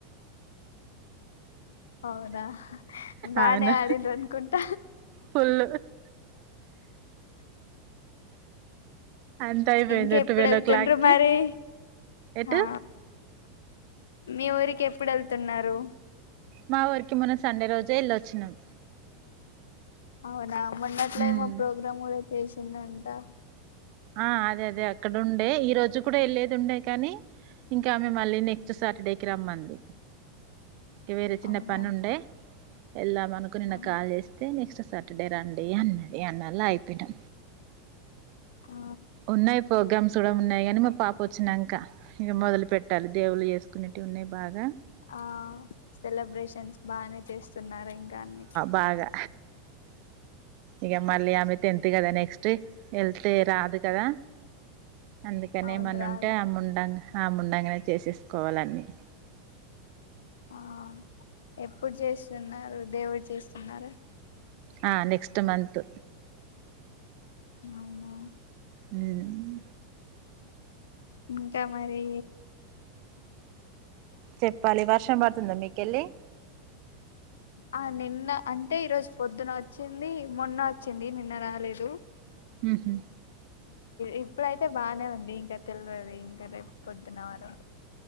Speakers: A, on the left; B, on the right.
A: అవునా బానేే
B: అవును
A: ఆడిండ్రనుకుంట
B: ఫుల్ అంత అయిపోయింది
A: ఇంక ఎప్పుడు
B: ట్వెల్వ్
A: వెళ్తుండ్రు
B: ఓ క్లాక్ కి
A: మరి
B: ఎటు
A: ఆ మీ ఊరికి ఎప్పుడు వెళ్తున్నారు.
B: మా ఊరికి మొన్న సండే రోజే వెళ్ళొచ్చినాం
A: అవునా మొన్నట్ల
B: ఉమ్
A: ఏమో ప్రోగ్రామ్ కూడ చేసిందంటాహా
B: ఆ అదే అదే అక్కడ ఉండే ఈ రోజు కూడా వెళ్లేది ఉండే కానీ ఇంక మిమ్మల్ని నెక్స్ట్ శాటర్డే కి రమ్మంది వేరే చిన్న
A: అవునా
B: పని ఉండే వెళ్ళామనుకుని నిన్న
A: ఆ
B: కాల్ చేస్తే నెక్స్ట్ శాటర్డే డ రండి అన్న ఎన్నల అయిపోయింది
A: ఆ
B: ఉన్నాయి ప్రోగ్రాం చూడ ఉన్నాయి అని మా పాప వచ్చినాక ఇంక మొదలు పెట్టి తల్లిదేవులు చేసుకునేటివి ఉన్నాయి బాగా
A: ఆ సెలబ్రేషన్స్ బానే చేస్తున్నారు ఇంకా అన్ని
B: బాగా ఇక మళ్ళీ ఆమె టెన్త్ కదా నెక్స్ట్ వెళ్తే రాదు కదా అందుకని
A: అవును
B: ఏమన్నా
A: రాదు
B: ఉంటే అమ్ముండంగా ఆమె ఉండంగానే చేసేసుకోవాలన్నీ
A: ఆ ఎప్పుడు చేస్తున్నారు దేవుడు చేస్తున్నారు
B: ఆ నెక్స్ట్ మంత్
A: అవునా
B: హుమ్మ్
A: ఇంకా మరి
B: చెప్పాలి వర్షం పడుతుందా మీకెళ్ళి
A: ఆ నిన్న అంటే ఈరోజు పొద్దున వచ్చింది మొన్న వచ్చింది నిన్న రాలేదు
B: ఉహూ
A: ఇప్పుడైతే బానే ఉంది ఇంక తెలియదు ఇంకా రేపు పొద్దున వారు